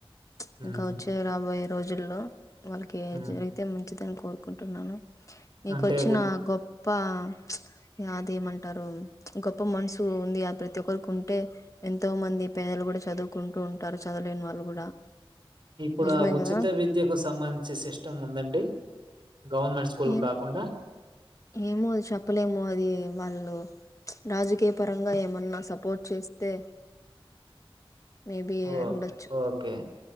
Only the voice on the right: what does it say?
హ్మ్.
హ్మ్.
అంటే ఉ
ఇప్పుడు
ఆ ఉచిత
విద్యకు సంబంధించి సిస్టమ్ ఉందండి. గవర్నమెంట్ స్కూల్
కాకుండా
ఓ
ఓకే